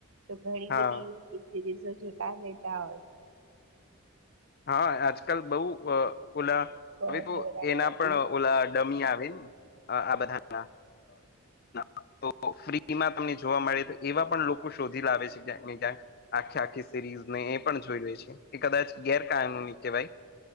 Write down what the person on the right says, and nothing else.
તો ઘણી
બધી સિરીઝો જોતા રહેેતા હોય.
બપોર
ને બધામાં
આવતી
હોય ને.